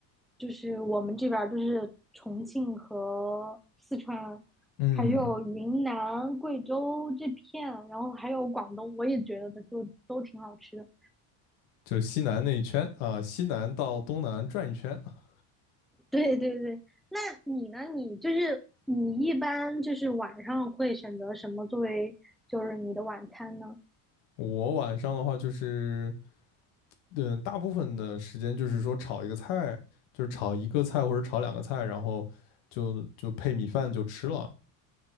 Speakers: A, in the centre; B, on the left.
A: 就是我们这边儿就是重庆和四川，
B: 嗯，
A: 还有云南、贵州这片，然后还有广东，我也觉得都都挺好吃的。
B: 就西南那一圈啊，西南到东南转一圈。啊
A: <laughs> 对对对，那你呢？你就是你一般就是晚上会选择什么作为就是你的晚餐呢？
B: 我晚上的话就是。嗯，大部分的时间就是说炒一个菜，就是炒一个菜或者炒两个菜，然后就就配米饭就吃了，